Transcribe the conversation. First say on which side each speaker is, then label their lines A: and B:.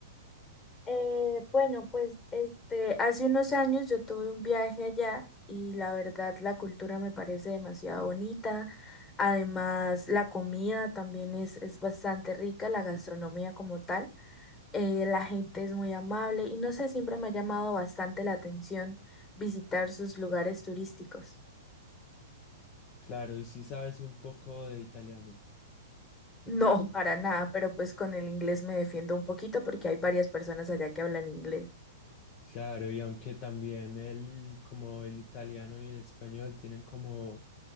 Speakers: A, on the left (about 20°); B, on the left (about 40°).
A: Eh, bueno, pues este, hace unos años yo tuve un viaje allá y la verdad la cultura me parece demasiado bonita. Además, la comida también es, es bastante rica, la gastronomía como tal. Eh, la gente es muy amable y no sé, siempre me ha llamado bastante la atención visitar sus lugares turísticos. <laughs>
B: Claro, y si sabes un poco de italiano.
A: No, para nada, pero pues con el inglés me defiendo un poquito porque hay varias personas allá que hablan inglés.
B: Claro, y aunque también el, como el italiano y el español tienen como